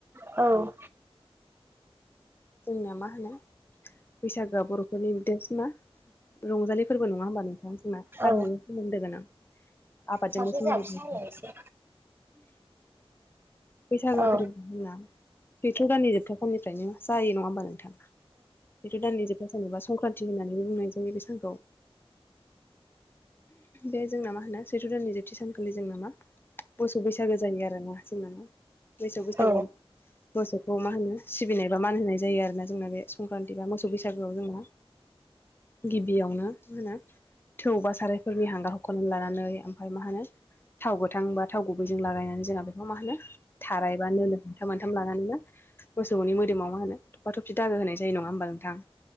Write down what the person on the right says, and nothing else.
औ
औ
सासे जोंहा फिसा होलायनोसै
औ
औ